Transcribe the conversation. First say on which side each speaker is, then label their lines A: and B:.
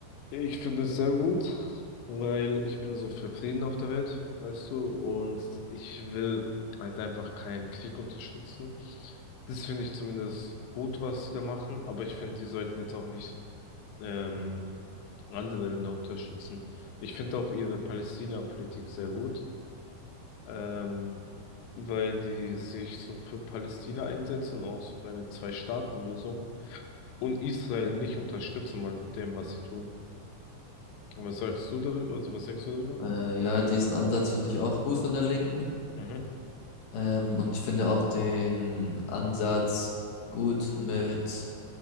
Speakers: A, on the left; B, on the left.
A: Ich finde es sehr gut, weil ich bin so für Frieden auf der Welt, weißt du, und ich will halt einfach keinen Krieg unterstützen. Das finde ich zumindest gut, was sie da machen, aber ich finde, die sollten jetzt auch nicht ähm, andere Länder unterstützen. Ich finde auch ihre Palästina-Politik sehr gut. ähm, weil die sich so für Palästina einsetzen und auch so für eine Zwei-Staaten-Lösung und Israel nicht unterstützen wollen mit dem, was sie tun. Und was sagst du darüber? Also was denkst du darüber?
B: Äh, ja, diesen Ansatz finde ich auch gut von der Linken.
A: Mhm.
B: Ähm, und ich finde auch den Ansatz gut mit